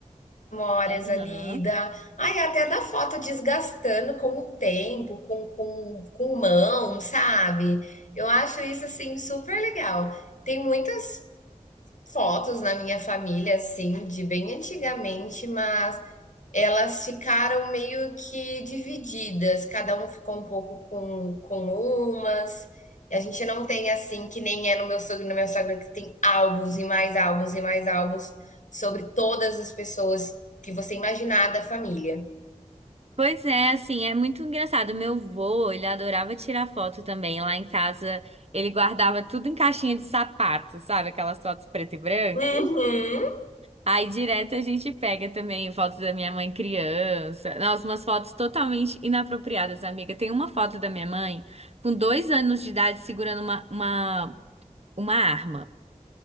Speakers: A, on the left; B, on the right.
A: memórias
B: Aham.
A: ali, da ai, até da foto desgastando com o tempo, com com com mão, sabe. Eu acho isso, assim, super legal. Tem muitas Fotos na minha família, assim, de bem antigamente, mas elas ficaram meio que divididas, cada um ficou um pouco com, com umas. E a gente não tem assim, que nem é no meu sogro e na minha sogra, que tem álbuns e mais álbuns e mais álbuns sobre todas as pessoas que você imaginar da família.
B: Pois é, assim, é muito engraçado. Meu vô, ele adorava tirar foto também. Lá em casa, ele guardava tudo em caixinha de sapato, sabe? Aquelas fotos preto e branco.
A: Uhum.
B: Aí direto a gente pega também fotos da minha mãe criança. Nossa, umas fotos totalmente inapropriadas, amiga. Tem uma foto da minha mãe com dois anos de idade segurando uma, uma, uma arma.